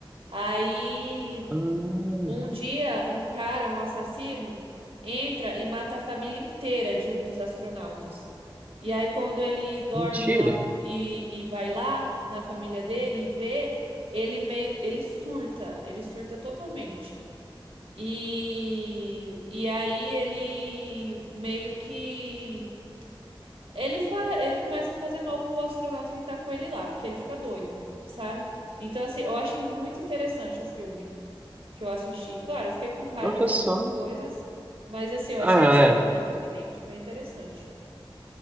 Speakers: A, on the right; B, on the right.
A: Aí
B: Hum,
A: um dia, um cara, um assassino, entra e mata a família inteira de um dos astronautas. E aí, quando ele dorme
B: mentira.
A: lá e, e vai lá na família dele e vê, ele meio, ele surta, ele surta totalmente. E, e aí ele meio que ele fa... ele começa a fazer mal pro astronauta que tá com ele lá, porque ele fica doido, sabe? Então, assim, eu achei muito interessante o filme que eu assisti. Claro, eu fiquei com raiva
B: Olha
A: de
B: só.
A: algumas coisas, mas assim, eu
B: Ah,
A: achei a história
B: é.
A: bem diferente, bem interessante.